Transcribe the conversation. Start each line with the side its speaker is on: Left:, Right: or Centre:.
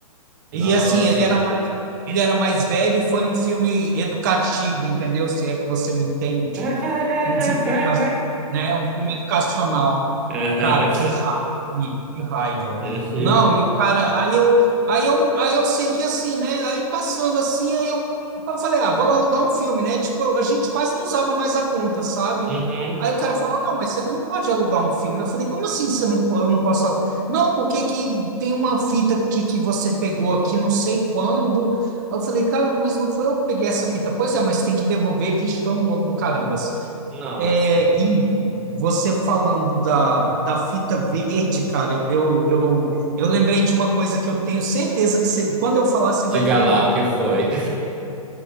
Centre: nossa.
Right: E assim, ele era mais, ele era mais velho e foi um filme educativo, entendeu? Se é que você me entende.
Centre: <laughs>
Right: Um filme, educa- né? Um filme educacional.
Centre: Aham.
Right: Cara, que raiva, amigo, que raiva.
Centre: <laughs>
Right: Não, e o cara, aí eu, aí eu, aí eu sei que assim, né? Aí passando assim, aí eu, eu falei, ah, vou lá alugar um filme, né? Tipo, a gente quase não usava mais a conta, sabe?
Centre: Uhum.
Right: Aí o cara falou, não, mas você não pode alugar um filme. Eu falei, como assim você não, po- eu não posso alugar? Não, porque que tem uma fita aqui que você pegou aqui, não sei quando. Aí Eu falei, cara, mas não foi eu que peguei essa fita. Pois é, mas tem que devolver. Vixe, foi um rolo do caramba. assim.
Centre: Nossa.
Right: É, e você falando da, da fita verde, cara, eu, eu, eu, eu lembrei de uma coisa que eu tenho certeza que você, quando eu falar, você vai
Centre: Diga
Right: lembrar.
Centre: lá o que foi.